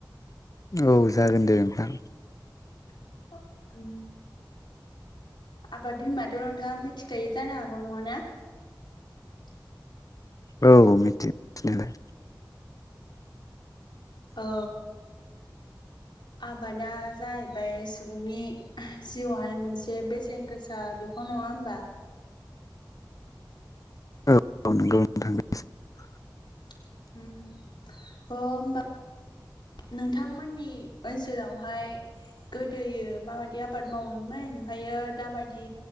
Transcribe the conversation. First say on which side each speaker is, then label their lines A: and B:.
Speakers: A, on the left (about 45°); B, on the left (about 70°).
A: औ जागोन दे नोंथां।
B: <unintelligible> उम आबाद होनबाथ' नोंथाङा मिथिखायो जानो हागौ नङाना? <unintelligible>
A: औ मिथियो मिथिनायालाय
B: औ आबादा जाहैबाय सुबुंनि जिउआवहाय मोनसे बेसेन गोसा बिफां नङा होमबा?
A: ओ नंगौ नोंथां <unintelligible>
B: होम अ होमबा नोंथांमोननि ओनसोलावहाय गोदोयो माबादि आबाद मावोमोन। ओमफ्राययो दाबायदि